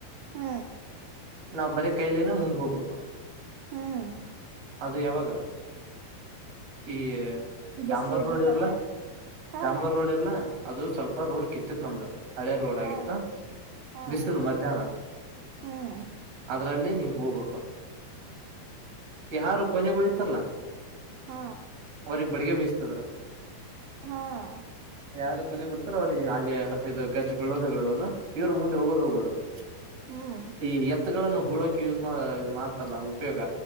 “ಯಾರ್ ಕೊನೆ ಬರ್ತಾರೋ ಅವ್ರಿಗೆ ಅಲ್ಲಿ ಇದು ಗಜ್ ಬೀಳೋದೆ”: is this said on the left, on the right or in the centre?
Right